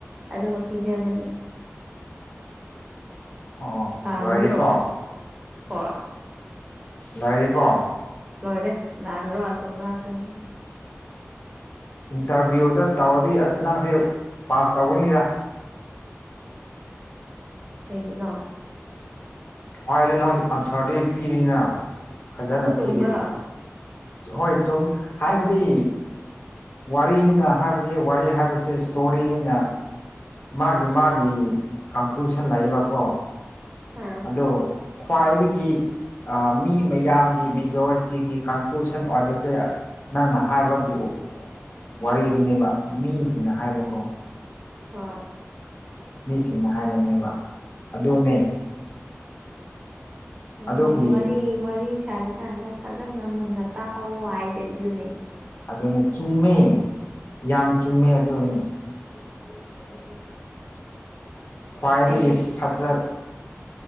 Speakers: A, on the right; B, on the left.
A: ꯑꯗꯨꯒ ꯄꯤꯖꯕꯅꯤ
B: ꯑꯣ
A: ꯇꯥꯜ꯭ꯔꯣ
B: ꯂꯣꯏꯔꯦꯀꯣ
A: ꯍ
B: ꯅꯣꯏꯅꯤ ꯀꯣ
A: ꯂꯣꯏꯔꯦ ꯂꯥꯜꯂꯨꯔꯣ ꯑꯆꯨꯔꯥ ꯈꯪꯗꯦ
B: ꯏꯟꯇꯔꯚꯤꯌꯨꯗ ꯇꯧꯔꯗꯤ ꯑꯁ ꯅꯪꯁꯦ ꯄꯥꯁ ꯇꯧꯒꯅꯤꯗ
A: ꯑꯩꯒꯤ ꯅ
B: ꯍꯣꯏ ꯑꯗꯨ ꯅꯪꯁꯨ ꯑꯟꯁꯔꯗꯨ ꯄꯤꯔꯤꯅ ꯐꯖꯅ
A: ꯑꯗꯨ ꯆꯨꯝꯕ꯭ꯔꯣ
B: ꯄꯤꯔꯤ ꯍꯣꯏ ꯆꯨꯝ ꯍꯥꯏꯕꯗꯤ ꯋꯥꯔꯤꯅꯤꯅ ꯍꯥꯏꯕꯗꯤ ꯋꯥꯔꯤ ꯍꯥꯏꯕꯁꯦ ꯏꯁꯇꯣꯔꯤꯅꯤꯅ ꯃꯥꯒꯤ ꯃꯥꯒꯤ ꯀꯟꯀ꯭ꯂꯨꯁꯟ ꯂꯏꯕꯀꯣ
A: ꯑꯥ
B: ꯑꯗꯣ ꯈ꯭ꯋꯥꯏꯗꯒꯤ ꯃꯤ ꯃꯌꯥꯝꯒꯤ ꯃꯦꯖꯣꯔꯤꯇꯤꯒꯤ ꯀꯟꯀ꯭ꯂꯨꯁꯟ ꯑꯣꯏꯕꯁꯦ ꯅꯪꯅ ꯍꯥꯏꯕꯒꯤ ꯋꯥꯔꯤꯗꯨꯅꯦꯕ ꯃꯤꯁꯤꯡꯅ ꯍꯥꯏꯕꯀꯣ
A: ꯍ
B: ꯃꯤꯁꯤꯡꯅ ꯍꯥꯏꯕꯅꯦꯕ ꯑꯗꯨꯅꯦ
A: ꯑꯗꯨꯅꯦ
B: ꯑꯗꯨꯒꯤ
A: ꯋꯥꯔꯤ ꯋꯥꯔꯤ ꯁꯥꯔꯀꯥꯟꯗ ꯐꯖꯅ ꯃꯨꯟꯅ ꯇꯥꯍꯧꯋ ꯍꯥꯏꯈꯗꯨꯅꯦ
B: ꯑꯗꯨꯅꯦ ꯆꯨꯝꯃꯦ ꯌꯥꯝ ꯆꯨꯝꯃꯦ ꯑꯗꯨꯅꯦ
A: <unintelligible>
B: ꯈ꯭ꯋꯥꯏꯗꯒꯤ
A: ꯑꯩꯁꯨ
B: ꯐꯖ